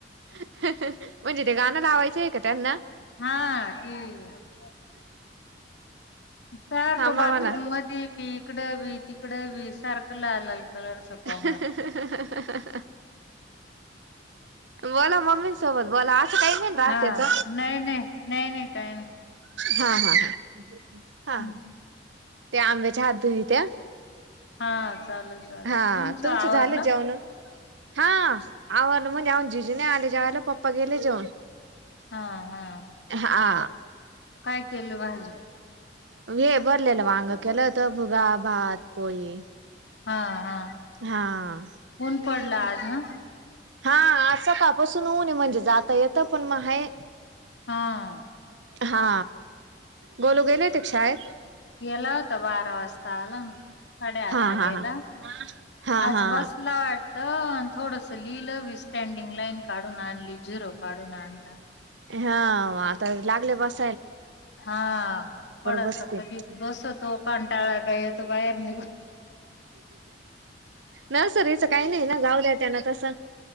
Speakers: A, on the right (about 80°); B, on the left (about 70°).
A: <unintelligible> म्हणजे ते गाणं लावायचंय का त्यांना
B: हा टीव्ही सारखं
A: थांबा
B: बाथरूम
A: म्हणा
B: म बी इकड बी तिकड बी सारखं लाल कलरचा कोंबडा.
A: <unintelligible> बोला मम्मीं सोबत बोला काही नाही राहते
B: हा
A: तर
B: नाही नाही नाही नाही काही नाही.
A: हा हा हा हा
B: हम्म.
A: ह ते आंब्याच्या हात दु त्या
B: हा चालेल चालेल
A: हा तुमचं
B: आवरलं
A: झालं जेवण हा आवा म्ह ऊन जिजून आले जेवला पप्पा गेले जेऊन
B: हा हा.
A: हा
B: काय केलं भाजी
A: हे बरलेलं वांग केलं होत भुगा भात पोळी
B: हा हा
A: हा
B: ऊन पडलं आज ना
A: हा असं कापसून होऊ नये म्हणजे जाता येत पण मग हे
B: हा.
A: हा गोलू गेले ते शाळेत
B: गेला होता बारा वाजता आला ना साडेआठ
A: हा
B: ला गेला
A: हा हा हा
B: आज
A: हा
B: बसल वा थोडस लिहिलंी स्टँडिंग लाईन काढून आणली झिरो काढून आणला
A: हा आता लागल्या बस
B: हा पडासा
A: बसतील.
B: कधी बस तो पण टाळा काय य तो बाहेर निघ
A: नर्सरीच काही नाही ना जाऊ द्या त्यांना तस अ